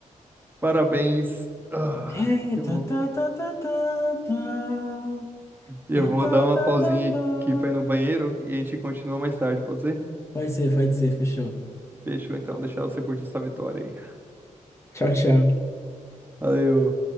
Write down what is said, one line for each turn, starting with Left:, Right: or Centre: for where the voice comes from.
Right: Parabéns. Ah,
Left: É,
Right: eu
Left: tan,
Right: vou.
Left: tan, tan, tan, tan, tan.
Right: E
Left: Tan,
Right: eu vou
Left: tan,
Right: dar uma
Left: tan,
Right: pausinha
Left: tan, tan.
Right: aqui pra ir no banheiro e a gente continua mais tarde, pode ser?
Left: Pode ser, pode ser, fechou.
Right: Fechou então, deixar você curtir essa vitória aí.
Left: Tchau, tchau.
Right: Valeu.